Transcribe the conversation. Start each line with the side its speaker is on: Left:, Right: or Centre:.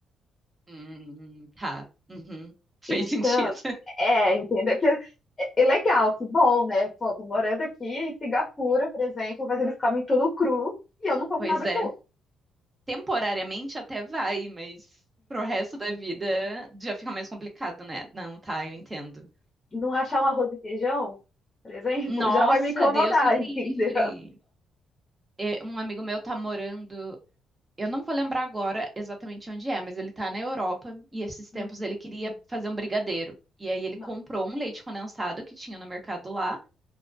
Right: Hum, tá. Uhum. Fez
Left: Então,
Right: sentido. <laughs>
Left: é, entenda que é é legal, que bom, né? Pô, tô morando aqui em Singapura, por exemplo, mas eles comem tudo cru e eu não como
Right: Pois
Left: nada
Right: é.
Left: cru.
Right: Temporariamente até vai, mas pro resto da vida já fica mais complicado, né? Não, tá, eu entendo.
Left: não achar um arroz e feijão, por exemplo,
Right: Nossa,
Left: já vai me incomodar,
Right: Deus me
Left: <laughs> entendeu?
Right: livre. É, Um amigo meu tá morando, eu não vou lembrar agora exatamente onde é, mas ele tá na Europa e esses tempos
Left: Uhum.
Right: ele queria fazer um brigadeiro. E aí ele
Left: Nossa.
Right: comprou um leite condensado que tinha no mercado lá